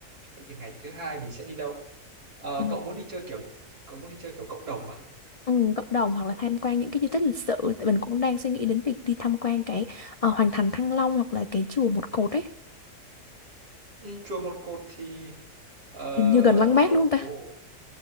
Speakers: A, on the right; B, on the left.
A: Vậy thì ngày thứ hai mình sẽ đi đâu? Ờ,
B: ừ,
A: cậu muốn đi chơi kiểu cậu muốn đi chơi kiểu cộng đồng á?
B: ừ, cộng đồng hoặc là tham quan những cái di tích lịch sử tại mình cũng đang suy nghĩ đến việc đi tham quan cái ờ, Hoàng thành Thăng Long hoặc là cái chùa Một Cột ấy
A: Ừ, chùa Một Cột thì ờ,
B: hình như gần Lăng
A: nó
B: Bác
A: ở
B: đúng không ta
A: hồ